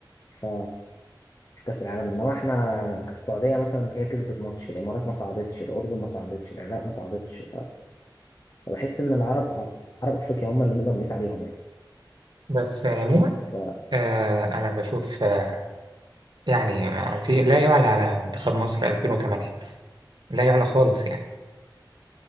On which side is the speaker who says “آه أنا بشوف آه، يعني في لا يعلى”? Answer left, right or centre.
Right